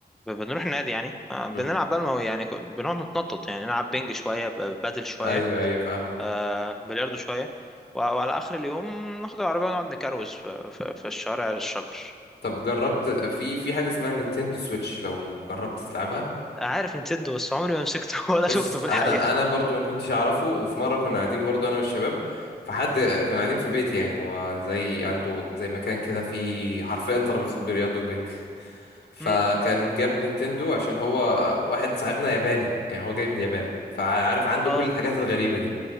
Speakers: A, in the centre; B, on the left.
A: ب- بنروح النادي يعني آه، بنلعب
B: امم
A: بقى المو- يعني ك- بنقعد نتنطط يعني نلعب بينج شويه ب- بدل شويه
B: ايوه ايوه فاهمك
A: آه، بلياردو شويه و- وعلى اخر اليوم ناخد العربيه ونقعد نكروز في, في, في الشارع الشجر
B: طب جربت في في حاجة اسمها نينتندو سويتش لو جربت تلعبها
A: عارف نتندو بس عمري ما مسكته <laughs>
B: بص
A: ولا شفته في الحقيقه
B: انا انا برضو ما كنتش اعرفه وفي مره كنا قاعدين برضو انا والشباب فحد كنا قاعدين في بيتي يعني هو زي عنده زي مكان كده فيه حرفيا ترابيزات بلياردو وبنج <laughs> فكان
A: امم
B: جاب نينتندو عشان هو واحد صاحبنا ياباني يعني هو جاي من اليابان فعارف عنده
A: اه
B: كل الحاجات الغريبه دي